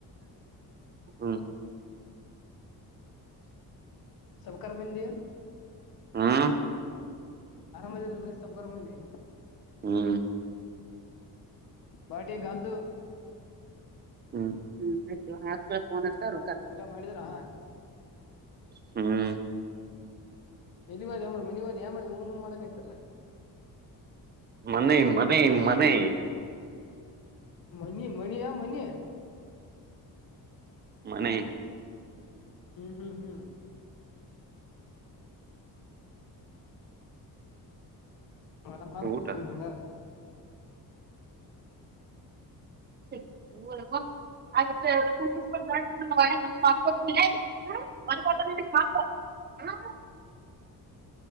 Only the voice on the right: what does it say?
<unintelligible>
ಹಾ
ಹ್ಮ
ಹ್ಮ ಆಯ್ತ ಆ ಪನ ಸಾರ
ಹ್ಮ್
ಮನೆ ಮನೆ ಮನೆ
ಮನೆ
ಊಟ
ರಪ ಮಾುಕ ಮ <unintelligible> <inaudible> ಒಂದ ಕತ